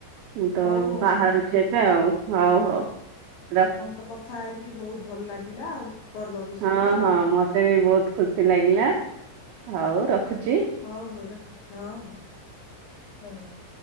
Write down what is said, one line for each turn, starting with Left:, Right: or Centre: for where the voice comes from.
Right: ମୁଁ ତ
Left: ହଉ ହଉ
Right: ବାହାରୁଚି
Left: ମ୍ୟାଡାମ ହଉ
Right: ଏବେ
Left: ହଉ
Right: ଆଉ ହଉ ହଉ ର
Left: ତ କଥା ହେଇକି ବହୁତ ଭଲ ଲାଗିଲା ଆଉ। ପର୍ବ ବିଷୟରେ
Right: ହଁ
Left: ଆଉ
Right: ହଁ ମତେ ବି ବହୁତ ଖୁସି ଲାଗିଲା ଆଉ ରଖୁଚି।
Left: ହଉ ହଉ ରଖୁ ହଁ ହଁ ଧନ୍ୟବା